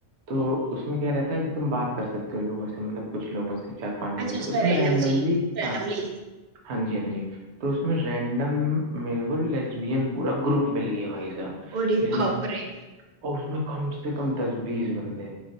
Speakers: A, on the right; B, on the right.
A: تو اس میں کیا رہتا ہے کہ تم بات کر سکتے ہو لوگوں سے مطلب کچھ لوگوں سے چار پانچ لوگوں
B: اچھا
A: سے
B: اچھا
A: تو اس میں
B: رینڈم
A: رینڈملی
B: سے رینڈملی
A: ہاں ہاں جی ہاں جی تو اس میں رینڈم میرے کو لیبیس پورا گروپ مل گیا بھائی صاحب
B: ارے باپ
A: میں
B: رے
A: اور اس میں کم سے کم دس بیس بندے